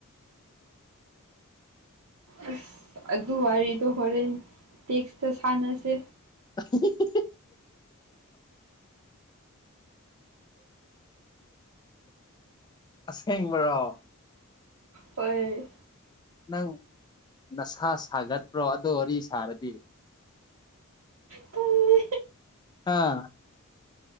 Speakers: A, on the right; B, on the left.
A: ꯑꯁ ꯑꯗꯨ ꯋꯥꯔꯤꯗꯣ ꯍꯣꯔꯦꯟ ꯇꯦꯛꯁꯇ ꯁꯥꯟꯅꯁꯦ
B: <unintelligible> ꯑꯁꯦꯡꯕꯔꯣ
A: ꯍꯣꯏ
B: ꯅꯪ ꯅꯁꯥ ꯁꯥꯒꯠꯇ꯭ꯔꯣ ꯑꯗꯣ ꯋꯥꯔꯤ ꯁꯥꯔꯗꯤ
A: ꯇꯜꯂꯤ
B: ꯑꯥ